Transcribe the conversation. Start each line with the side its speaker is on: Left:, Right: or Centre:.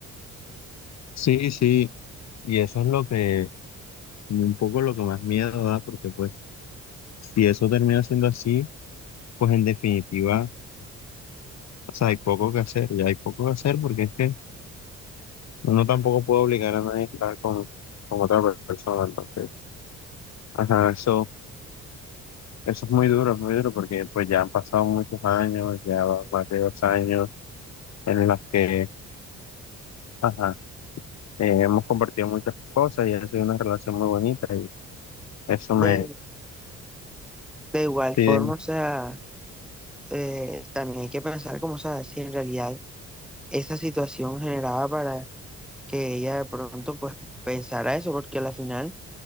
Left: Sí, sí, y eso es lo que, un poco lo que más miedo da, porque pues si eso termina siendo así, pues en definitiva, o sea, hay poco que hacer, ya hay poco que hacer, porque es que Uno tampoco puede obligar a nadie a estar con, con otra persona, entonces, ajá, eso, eso es muy duro, es muy duro porque pues ya han pasado muchos años, ya van más de dos años en las que, ajá, eh, hemos compartido muchas cosas y ha sido una relación muy bonita y eso me,
Centre: De, de igual
Left: sí,
Centre: forma, o sea... eh, también hay que pensar como, sabes, si en realidad esa situación generaba para que ella de pronto pues pensara eso, porque al final,